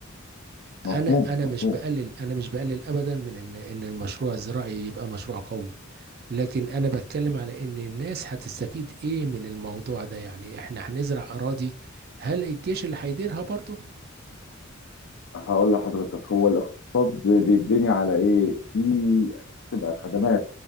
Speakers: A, on the left; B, on the right.
A: مفهوم
B: انا انا
A: مفهوم
B: مش بقلل انا مش بقلل ابدا من ان ان المشروع الزراعي يبقى مشروع قومي لكن انا بتكلم على ان الناس هتستفيد ايه من الموضوع ده يعني احنا هنزرع اراضي هل الجيش اللي هيديرها برضه
A: هقول لحضرتك هو الاقتصاد بيتبني على ايه في بتبقى خدمات